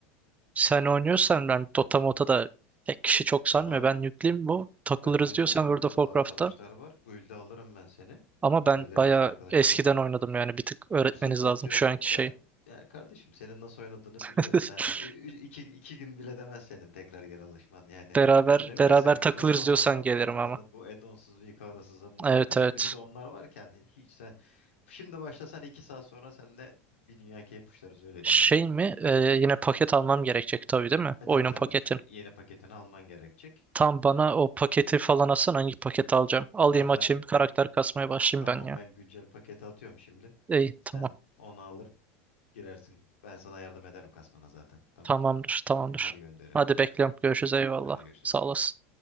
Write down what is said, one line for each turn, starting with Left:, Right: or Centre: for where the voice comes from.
Right: Sen oynuyorsan ben Dota Mota da pek kişi çok
Left: Valla
Right: sanmıyor. Ben yükleyeyim bu. Takılırız
Left: ben oynuyorum.
Right: diyorsan
Left: Arkada,
Right: World of Warcraft'ta.
Left: arkadaşlar var. Guild'e alırım ben seni.
Right: Ama
Left: Söylerim
Right: ben bayağı
Left: bizim arkadaşlara.
Right: eskiden oynadım yani bir tık öğretmeniz
Left: Sıkıntı
Right: lazım
Left: yok.
Right: şu anki
Left: Yani,
Right: şey.
Left: yani kardeşim senin nasıl oynadığını
Right: <laughs>
Left: biliyoruz. Ha. Ü- ü- İki, iki gün bile demez senin tekrar geri alışman. Yani
Right: Beraber
Left: üstüne bir
Right: beraber
Left: de sen zor
Right: takılırız
Left: zamanlarında
Right: diyorsan gelirim
Left: oynadın
Right: ama.
Left: bu add-onsuz Vicaros'uz zamanlar
Right: Evet
Left: da. Şimdi
Right: evet.
Left: bir de onlar varken hiç sen... Şimdi başlasan iki saat sonra seninle bir dünya keyif uçlarız öyle
Right: Şey
Left: diyeyim yani.
Right: mi? Ee, yine paket almam gerekecek tabii değil mi?
Left: E tabii
Right: Oyunun
Left: tabii
Right: paketin.
Left: şu yeni paketini alman gerekecek.
Right: Tam bana o paketi falan atsan hangi paketi alacağım? Alayım
Left: Tamam
Right: açayım
Left: ben,
Right: karakter kasmaya başlayayım
Left: tamam
Right: ben ya.
Left: ben güncel paketi atıyorum şimdi.
Right: İyi
Left: Sen
Right: tamam.
Left: onu alır girersin. Ben sana yardım ederim kasmana zaten. Tamam.
Right: Tamamdır tamamdır.
Left: Yani hadi gönderiyorum
Right: Hadi
Left: hadi.
Right: bekliyorum. Görüşürüz
Left: Ha-
Right: eyvallah.
Left: Hadi görüşürüz.
Right: Sağ olasın.